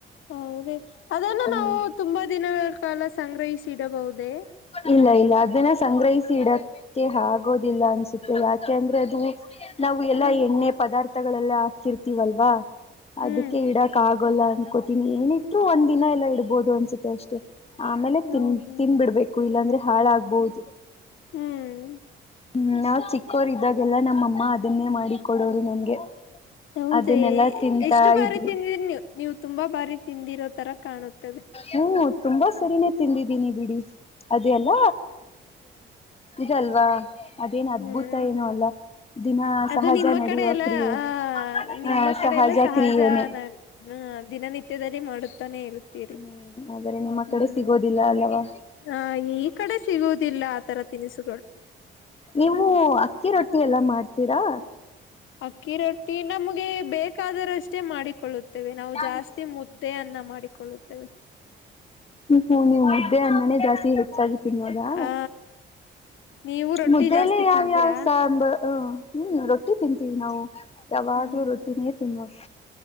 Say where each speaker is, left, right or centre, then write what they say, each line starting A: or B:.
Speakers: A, on the left (about 80°); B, on the left (about 30°).
A: ಹೌದೇ ಅದನ್ನು
B: ಹ್ಮ
A: ನಾವು ತುಂಬಾ ದಿನಗಳ ಕಾಲ ಸಂಗ್ರಹಿಸಿಡಬಹುದೇ
B: ಇಲ್ಲ ಇಲ್ಲ ಅದನ್ನ ಸಂಗ್ರಹಿಸಿ ಇಡಕ್ಕೆ ಆಗೋದಿಲ್ಲ ಅನ್ಸುತ್ತೆ ಯಾಕೆ ಅಂದ್ರೆ ಅದು ನಾವು ಎಲ್ಲಾ
A: ಹ್ಮ್
B: ಎಣ್ಣೆ ಪದಾರ್ಥಗಳೆಲ್ಲ ಹಾಕಿರ್ತೀವಲ್ವಾ ಅದಕ್ಕೆ
A: ಹ್ಮ್
B: ಇಡಾಕ್ ಆಗೋಲ್ಲ ಅನ್ಕೋತೀನಿ ಏನಿಟ್ರು ಒಂದ್ ದಿನ ಎಲ್ಲಾ ಇಡ್ಬೋದು ಅನ್ಸುತ್ತೆ ಅಷ್ಟೇ ಆಮೇಲೆ ತಿನ್
A: ಹೌದು
B: ತಿನ್ಬಿಡ್ಬೇಕು ಇಲ್ಲಾಂದ್ರೆ ಹಾಳಾಗಬಹುದು
A: ಹ್ಮ್
B: ಹ್ಮ್ ನಾವ್ ಚಿಕ್ಕೋರ್ ಇದಾಗೆಲ್ಲಾ ನಮ್ಮಅಮ್ಮ ಅದನ್ನೇ ಮಾಡಿ ಕೊಡೋರು ನಮ್ಗೆ
A: ಹೌದೇ
B: ಅದನ್ನೆಲ್ಲಾ ತಿಂತಾ
A: ಎಷ್ಟು ಬಾರಿ
B: ಇದ್ವಿ
A: ತಿಂದಿ ನೀವು ನೀವು ತುಂಬಾ ಬಾರಿ ತಿಂದಿರೋ ತರ ಕಾಣುತ್ತದೆ
B: ಹ್ಮ್ ತುಂಬಾ ಸರಿನೇ ತಿಂದಿದ್ದೀನಿ ಬಿಡಿ ಅದೆಲ್ಲ ಇದಲ್ವಾ ಅದೇನು ಅದ್ಭುತ
A: ಹ್ಮ್
B: ಏನು ಅಲ್ಲ ದಿನ
A: ಅದು
B: ಸಹಜ
A: ನಿಮ್ಮ
B: ನಡೆಯುವ
A: ಕಡೆ ಎಲ್ಲ
B: ಕ್ರಿಯೆ
A: ಆ ನಿಮ್ಮ
B: ಹ
A: ಕಡೆ ಎಲ್ಲ ಸಹಜ
B: ಕ್ರಿಯೆನೇ
A: ನ ಹಾ ದಿನನಿತ್ಯದಲ್ಲಿ ಮಾಡುತ್ತಾನೇ ಇರುತ್ತೀರಿ
B: ಹ್ಮ್ ಆದ್ರೆ ನಿಮ್ಮ
A: ಹ್ಮ್
B: ಕಡೆ ಸಿಗೋದಿಲ್ಲ ಅಲ್ಲವಾ
A: ಆ ಈ ಕಡೆ ಸಿಗುವುದಿಲ್ಲ ಆತರ ತಿನಿಸುಗಳು
B: ನೀವು ಅಕ್ಕಿ ರೊಟ್ಟಿ ಎಲ್ಲ ಮಾಡ್ತೀರಾ
A: ಅಕ್ಕಿ ರೊಟ್ಟಿ ನಮ್ಗೆ ಬೇಕಾದರಷ್ಟೇ ಮಾಡಿಕೊಳ್ಳುತ್ತೆ ನಾವು
B: ಹ್ಮ್
A: ಜಾಸ್ತಿ ಮುದ್ದೆಯನ್ನ ಮಾಡಿಕೊಳ್ಳುತ್ತೇವೆ
B: ಹ್ಮ ನೀವ್ ಮುದ್ದೆ ಅ ಮನೆ ಜಾಸ್ತಿ ಹೆಚ್ಚಾಗಿ ತಿೀನ್ನದಾ
A: ಆ ನೀವು ರೊಟ್ಟಿ
B: ಮುದ್ದಲ್ಲ
A: ಜಾಸ್ತಿ
B: ಯಾವ್ಯಾವ್
A: ತಿಂತೀರಾ
B: ಸಾಂಬ ಹ್ಮ್ ರೊಟ್ಟಿ ತಿಂತೀವಿ ನಾವು ಯಾವಾಗ್ಲೂ
A: ಹ್ಮ್
B: ಒೊಟ್ಟಿನಿಯೇ ತಿನ್ವಸ